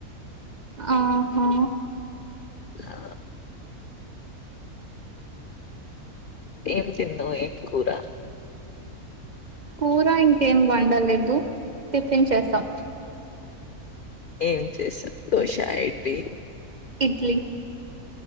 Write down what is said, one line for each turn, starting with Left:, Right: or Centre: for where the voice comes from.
Right: ఆ ఆహా
Left: ఆ ఏం తిన్నావ్ ఏం కూరా
Right: కూర ఇంకేం వండలేదు టిఫిన్ చేసాం
Left: ఏం చేసావు దోస ఇడ్లీ
Right: ఇడ్లీ